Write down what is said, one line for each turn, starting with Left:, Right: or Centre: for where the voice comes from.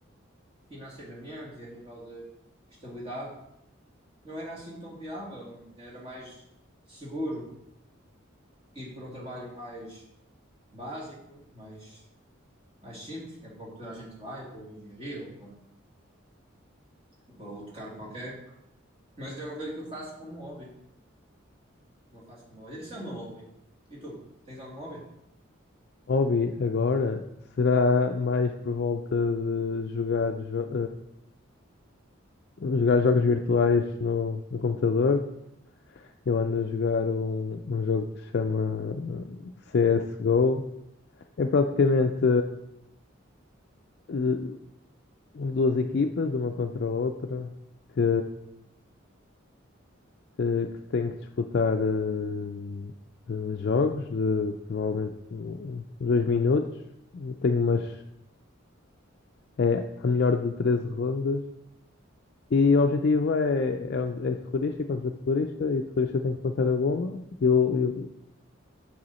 Right: financeiramente e a nível de estabilidade não era assim tão viável, era mais seguro ir para um trabalho mais básico, mais, mais simples, que é para o que toda a gente vai, para uma engenharia ou para, ou para outro cargo qualquer. Mas é uma coisa que eu faço como hobby, uma faço como hobby. Esse é o meu hobby. E tu, tens algum hobby?
Left: Hobby agora será mais por volta de jogar, jo- eh, jogar jogos virtuais no, no computador. Eu ando a jogar um, um jogo que se chama eh, CSGO. É praticamente eh, duas equipas, uma contra a outra, que, eh, que tem que disputar eh, eh, jogos de provavelmente um- uns dois minutos. Tenho umas. é a melhor de 13 rondas. E o objetivo é, é, um- é terrorista e contra terrorista, e o terrorista tem que plantar a bomba, e o, e o-